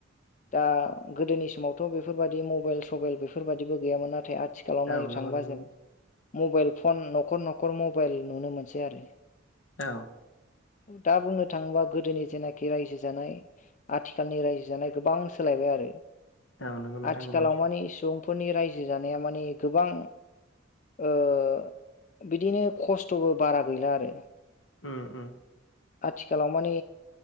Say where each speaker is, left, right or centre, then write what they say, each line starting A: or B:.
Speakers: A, on the left (about 40°); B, on the left (about 75°).
A: दा गोदोनि समावथ बेफोरबादि मबाइल सबाइल बेफोरबायाददिबो गैयामोन नाथाय। आथिखालाव
B: औ
A: नायनो
B: नंगौ
A: थाङोबा
B: नंगौ
A: जों मबाइल फन न'खर न'खर मबाइल नुनो मोनसै आरो।
B: औ
A: दा बुंनो थाङोबा गोदोनि जेनाखि रायजो जानाय आथिखालनि रायजो जानाय गोबां सोलायबाय। आरो
B: औ नंगौ नोंथां
A: आथिखालाव
B: नंगौ
A: माने सुबुंफोरनि रायजो जानाया माने गोबां। ओ- बिदिनो खस्थबो बारा गैला आरो।
B: ओम ओम
A: आथिखालाव माने।